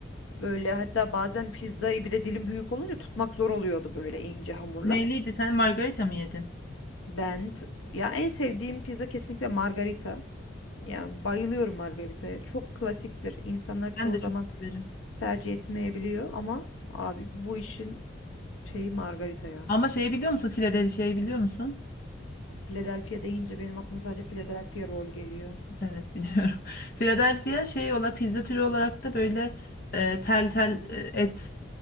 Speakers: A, on the left (about 80°); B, on the left (about 50°).
A: Böyle hatta bazen pizzayı bir de dilim büyük olunca tutmak zor oluyordu böyle ince hamurla.
B: Neyliydi sen margarita mı yedin?
A: Ben t- ya en sevdiğim pizza kesinlikle margarita. Yani bayılıyorum margaritaya. Çok klasiktir. İnsanlar çoğu
B: Ben de çok
A: zaman
B: severim.
A: tercih etmeyebiliyor ama abi bu işin şeyi margarita ya.
B: Ama şeyi biliyor musun? Philadelphia'yı biliyor musun?
A: Philadelphia deyince benim aklıma sadece Philadelphia roll geliyor.
B: Evet biliyorum. <laughs> Philadelphia şey ola pizza türü olarak da böyle e, tel tel e, et